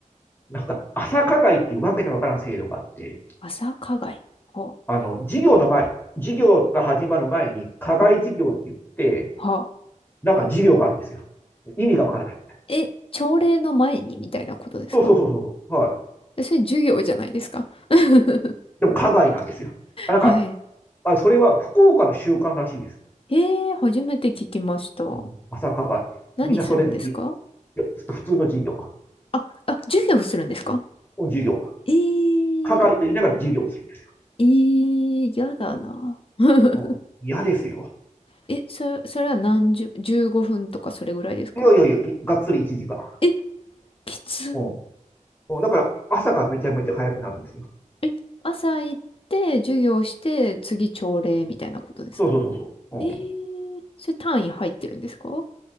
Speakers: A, on the left; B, on the left.
A: なんか、朝課外っていうわけのわからん制度があって、
B: 朝課外。は
A: あの、授業の前、授業が始まる前に、課外授業って言って、
B: はは。
A: なんか授業があるんですよ。意味がわからないみたいな。
B: え、朝礼の前にみたいなことですか
A: そうそうそうそうそう。はい。
B: え、それ授業じゃないですか。<laughs>
A: でも、課外なんですよ。あなんか、
B: はい。
A: あ、それは福岡の習慣らしいです。
B: えー、初めて聞きました。
A: うん、朝課外。
B: 何するんですか
A: みんなそれでい、普通の授業、
B: あ、あ、授業するんですか
A: 授業。
B: えー、
A: 課外と言いながら授業をするんです
B: えー、やだな。<laughs>
A: よ。うん、嫌ですよ。
B: え、そ、それは何十、15分とかそれぐらいですか
A: いやいやいや、がっつり1時間。
B: え、きつ。
A: うんうん、だから、朝がめちゃめちゃ早くなるんですよ。
B: え、朝行って授業して次朝礼みたいなことですか
A: そうそうそうそう。うん、
B: えー、それ単位入ってるんですか